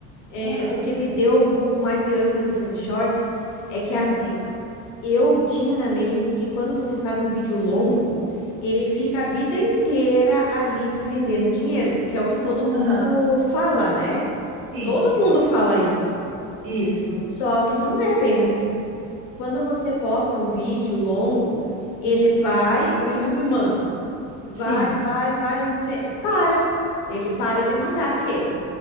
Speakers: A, on the left; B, on the right.
A: É,
B: Ah,
A: o que me deu um pouco mais de ânimo de fazer shorts é que
B: ah,
A: é assim, ó. Eu tinha na mente que quando você faz um vídeo longo, ele fica a vida inteira ali te rendendo dinheiro, porque é o que todo mundo
B: aham.
A: fala, né?
B: Sim,
A: Todo mundo fala isso.
B: isso.
A: Só que não é bem assim. Quando você posta um vídeo longo, ele
B: Hum.
A: vai, o YouTube manda. Vai,
B: Sim,
A: vai, vai, um te- para. Ele para de mandar aquele.